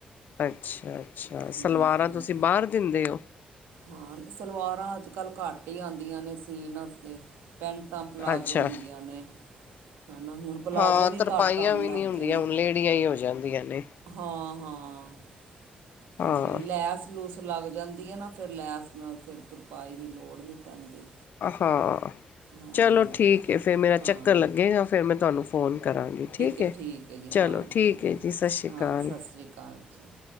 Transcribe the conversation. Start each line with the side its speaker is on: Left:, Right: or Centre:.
Left: ਅੱਛਾ- ਅੱਛਾ।
Right: ਹੂੰ
Left: ਸਲਵਾਰਾਂ
Right: ਹੂੰ
Left: ਤੁਸੀਂ ਬਾਹਰ ਦਿੰਦੇ ਹੋ?
Right: ਹਾਂ। ਸਲਵਾਰਾਂ ਅੱਜ-ਕੱਲ੍ਹ ਘੱਟ ਹੀ ਆਦੀਆਂ ਨੇ ਸੀਨ ਵਾਸਤੇ। ਪੈਟਾਂ-ਪਲਾਜ਼ੋ
Left: ਅੱਛਾ
Right: ਹੁੰਦੀਆਂ ਨੇ। ਹਨਾ। ਹੁਣ ਪਲਾਜ਼ੋ
Left: ਹਾਂ
Right: ਵੀ
Left: ਤਰਪਾਈਆਂ
Right: ਘੱਟ ਆਣ
Left: ਵੀ
Right: ਲੱਗ
Left: ਨਹੀਂ ਹੁੰਦੀਆਂ
Right: ਗਏ ਨੇ।
Left: ਹੁਣ ਲੇਡੀਆਂ ਹੀ ਹੋ ਜਾਂਦੀਆਂ ਨੇ
Right: ਹਾਂ- ਹਾਂ। ਸਭ
Left: ਹਾਂ
Right: ਲੈਸ-ਲੂਸ ਲੱਗ ਜਾਂਦੀ ਨਾ ਫਿਰ ਲੈਸ ਨਾਲ ਫਿਰ ਤੁਰਪਾਈ ਲੋੜ ਨਹੀਂ ਪੈਂਦੀ।
Left: ਹਾਂ,
Right: ਹਾਂ
Left: ਚਲੋ ਠੀਕ ਏ ਫਿਰ ਮੇਰਾ
Right: ਹਾਂ
Left: ਚੱਕਰ ਲੱਗੇਗਾ। ਫਿਰ ਮੈਂ ਤੁਹਾਨੂੰ, ਫੋਨ ਕਰਾਂਗੀ ਠੀਕ
Right: ਹੈ
Left: ਏ।
Right: ਹੈ ਜੀ
Left: ਚਲੋ
Right: ਹਾਂ
Left: ਠੀਕ ਹੈ ਜੀ। ਸਤਿ ਸ੍ਰੀ
Right: ਹਾਂ
Left: ਆਕਾਲ।
Right: ਸਤਿ ਸ਼੍ਰੀ ਅਕਾਲ ਜੀ